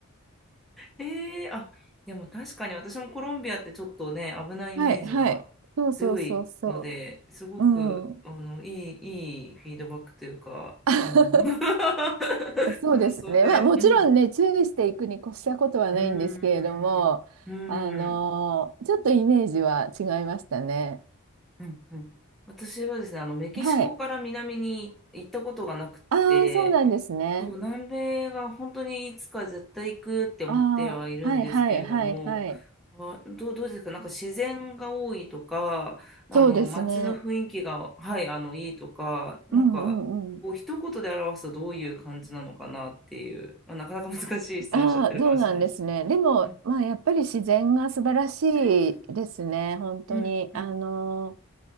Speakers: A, in the centre; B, on the right.
A: ええあ、でも確かに私もコロンビアってちょっとね、危ないイメージが強いので、
B: い、はい。そうそうそうそ
A: すごく、
B: う。うん。
A: あの、いい、いいフィードバックというか、
B: <laughs>
A: あの <laughs>
B: そうですね。
A: 感想で。
B: まあ、もちろんね、
A: うん。
B: 注意していくに越したことはないんですけれども、
A: うーん。うーん。
B: あのーちょっとイメージは違いましたね。
A: うんうん。私はですね、あの、メキシコから南に行ったことがなくて、
B: はい。ああ、そうなんですね。
A: そう、南米が本当にいつか絶対行くって思ってはいるんですけれども、
B: ああ、はいはいはいはい。
A: あ、どう、どうですかなんか自然が多いとか、あの、
B: そうですね。
A: 街の雰囲気が、はい、あの、いいとか、なんか、
B: うんうん
A: こう、一言で表すとどういう感じなのかなっていう、あなかなか難しい質問しちゃってるかもしれないです。
B: ああ、そうなんですね。でも、
A: うん、
B: まあ、やっぱり自然が素晴らしいですね、
A: うん、
B: 本当に。
A: うん、うん、
B: あの、